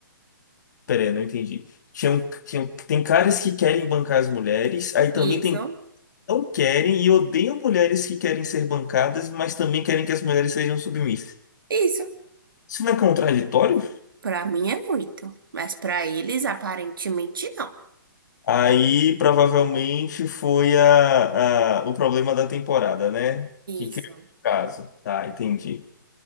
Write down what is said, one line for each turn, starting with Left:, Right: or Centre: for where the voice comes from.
Left: Peraí, não entendi. Tinha, tinha, tem caras que querem bancar as mulheres, aí também
Right: Isso,
Left: tem que não querem e odeiam mulheres que querem ser bancadas, mas também querem que as mulheres sejam submissas.
Right: isso.
Left: Isso não é contraditório?
Right: Pra mim é muito, mas pra eles aparentemente não.
Left: Aí provavelmente foi a, a- o problema da temporada, né? Que
Right: Isso.
Left: criou o caso. Tá, entendi.